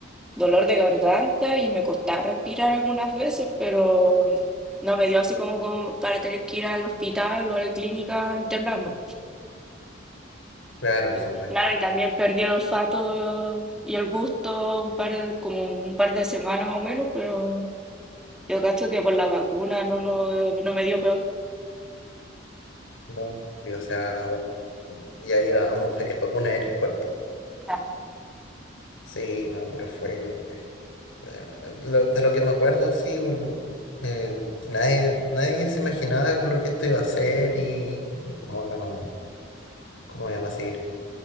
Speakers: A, in the centre; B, on the left (about 80°).
A: dolor de garganta y me costaba respirar algunas veces, pero no me dio así como, como para tener que ir al hospital o a la clínica a internarme.
B: claro,
A: Y
B: eso bueno.
A: Claro, y también perdí el olfato y el gusto un par de, como un par de semanas más o menos, pero yo cacho que por la vacuna no, no, no me dio peor.
B: No. Y, O sea, ya llevábamos varias vacunas en el cuerpo.
A: Claro.
B: Sí, no, pero fue... eh, lo- de lo que me acuerdo, sí, vol- eh, que nadie, nadie se imaginaba lo que esto iba a ser y cómo íbamos, cómo íbamos a seguir.